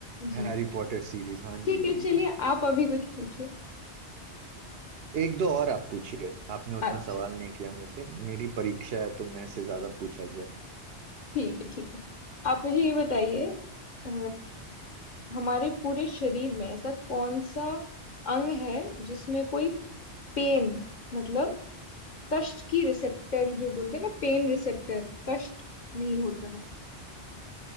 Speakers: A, on the left; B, on the right.
A: जी
B: Harry Potter series हाँ
A: ठीक
B: जी
A: है
B: बिल्कुल
A: चलिए आप अभी कुछ पूछिए
B: एक दो और आप पूछिए आपने उतना
A: अच्छा
B: सवाल नहीं किया मेरे से मेरी परीक्षा है तो मैं से ज्यादा पूछा जाए
A: ठीक है ठीक है आप मुझे ये बताइए अ, हमारे पूरे शरीर में ऐसा कौन सा अंग है जिसमें कोई पेन मतलब कष्ट की रिसेप्टर जो बोलते हैं ना पेन रिसेप्टर कष्ट नहीं होता है